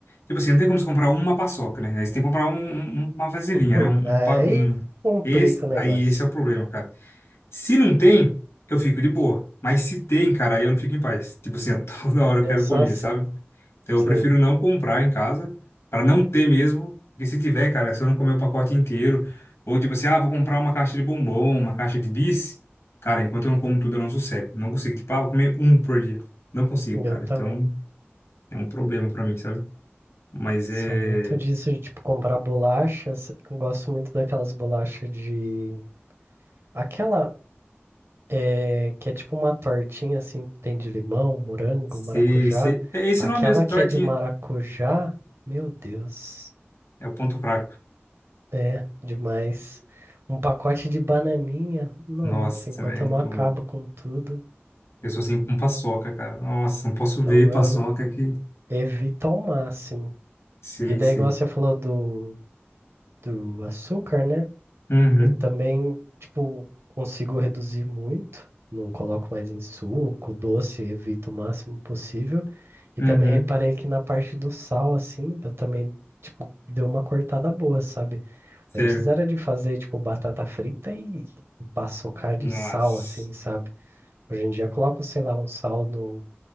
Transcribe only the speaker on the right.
<laughs>
Aí
complica
o negócio.
Eu
sou
assim,
sim,
eu
também.
Sou muito disso de tipo comprar bolachas. Gosto muito daquelas bolachas de aquela É, que é tipo uma tortinha assim, tem de limão, morango,
maracujá.
Aquela
que é de maracujá, meu Deus,
é demais. Um pacote de bananinha, nossa,
enquanto
eu
não acabo com tudo,
então
eu
evito ao máximo.
E daí,
igual você falou do, do açúcar, né?
Eu também, tipo, consigo reduzir muito, não coloco mais em suco, doce, evito o máximo possível. E
também reparei que na parte do sal, assim, eu também, tipo, deu uma cortada boa, sabe?
Antes era de fazer, tipo, batata frita e, e paçocar de
sal, assim, sabe? Hoje em dia eu coloco, sei lá, um sal no,